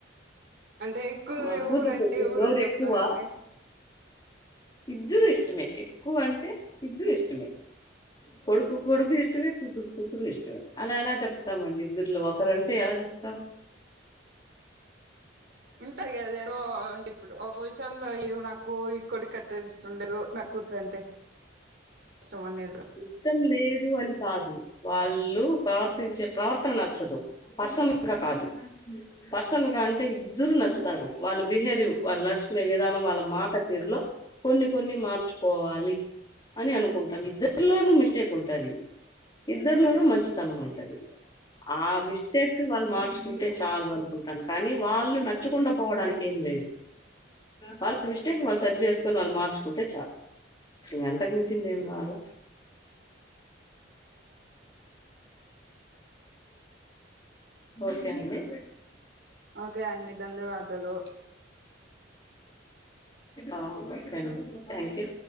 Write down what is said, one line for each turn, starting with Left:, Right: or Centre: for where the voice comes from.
Right: అంటే ఎక్కువ
Left: మాక్కువ
Right: ఊరంటే
Left: చూపచ్చు
Right: ఊరని
Left: దోరు
Right: చెప్తారండి
Left: ఎక్కువ ఇద్దరు ఇష్టమే ఎక్కువ అంటే ఇద్దరు ఇష్టమే కొడుకు కొడుకు ఇష్టమే కూతురు కూతురు ఇష్టమే అలా ఎలా చెప్తామండి ఇలో ఒకరుంటే ఎలా చెప్తావు
Right: ఉంటారు కదా ఏదో ఇప్పుడు ఒక విషయంలో ఏ నాకు ఇ కొడి కట్ ఇష్టం లేదు నా కూతురు అంటే ఇష్టం అనేది
Left: ఇస్తల్ అని కాదు వాళ్ళు ప్రవర్తించే ప్రవర్తన నచ్చదు పర్సనల్ గా కాదు పర్సన్ గా అంటే ఇద్దరు నచ్చుతారు వాళ్ళు బిహేరివ్ వాళ్ళు నడుచుకునే విధానం వాళ్ళ మాట తీరులో కొన్ని కొన్ని మార్చుకోవాలి అని అనుకుంటాం ఇద్దరు ఇద్దలోనూ మిస్టేక్ ఉంటది ఇద్దరులోనూ మంచితనం ఉంటది ఆ మిస్టేక్స్ వాళ్ళు మార్చుకుంటే చాలు అనుకుంటాను కానీ వాళ్ళు నచ్చకుండా పోవడానికి ఏమి లేదు వాళ్ళ మిస్టేక్ వాళ్ళు సర్జ చేసుకొని వాళ్ళు మార్చుకుంటే చాలు ఇక అంతకు మించింది ఏం కావాల ఓకే అండి
Right: ఓకే అన్ని ధన్యవాదలు
Left: ఆ ఓకే థ్యాంక్ యూ